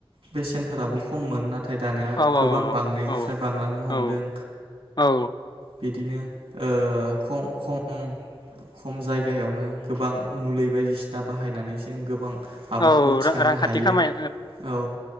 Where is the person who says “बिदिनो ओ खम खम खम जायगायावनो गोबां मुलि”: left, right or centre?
Right